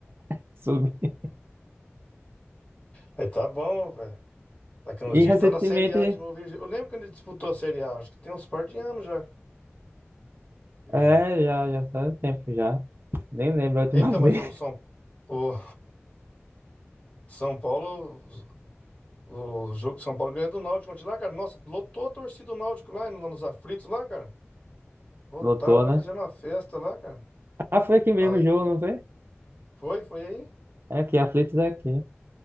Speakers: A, on the right (about 55°); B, on the left (about 35°).
A: <laughs> subi-
B: Aí tá bom, velho. Daqui uns
A: E
B: dias
A: recentemente.
B: ele tá na Série A de novo. Eu lembro quando ele disputou a Série A, acho que tem uns par de anos já. que-
A: É, já, já faz um tempo já. Nem lembro a última
B: Então,
A: <laughs> vez.
B: mas o São, o São Paulo. O jogo de São Paulo ganhou do Náutico ontem lá, cara. Nossa, lotou a torcida do Náutico lá, lá nos aflitos lá, cara. Lotaram
A: Lotou,
B: lá,
A: né?
B: fizeram uma festa lá, cara.
A: Ah, foi aqui
B: Aí
A: mesmo o jogo, não foi?
B: foi, foi aí,
A: É aqui, Aflitos é aqui.